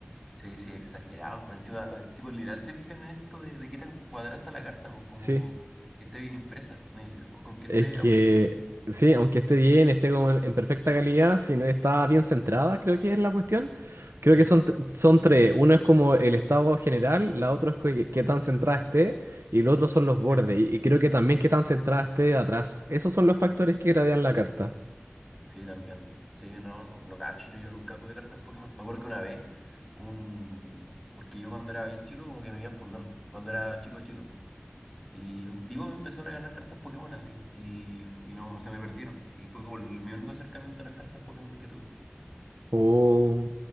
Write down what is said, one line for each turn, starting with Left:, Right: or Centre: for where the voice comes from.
Centre: Sí, sí, exagerado. Más Encima, eh, tipo, literal se fijan en esto de, de qué tan cuadrada está la carta, pues como
Right: Sí.
Centre: que esté bien impresa, ni- con que
Right: Es
Centre: esté,
Right: que,
Centre: aunque esté bien.
Right: sí, aunque esté bien, esté como en en perfecta calidad, si no está bien centrada, creo que es la cuestión. Creo
Centre: Sí,
Right: que son, t- son tres. Uno es como el estado general, la otra es que- qué tan centrada esté, y el otro son los bordes.
Centre: sí,
Right: Y, y creo que también qué tan centrada esté de atrás. Esos son los factores que gradean la carta.
Centre: sí, también. Sí, no, no, no cacho, yo nunca tuve cartas Pokémon. Me acuerdo que una vez, un... porque yo cuando era bien chico, como que me iba en furgón, cuando era chico, chico. Y un tipo me empezó a regalar cartas Pokémon así, y, y no, se me perdieron. Y fue como el- mi único acercamiento a las cartas Pokémon que tuve.
Right: Oh,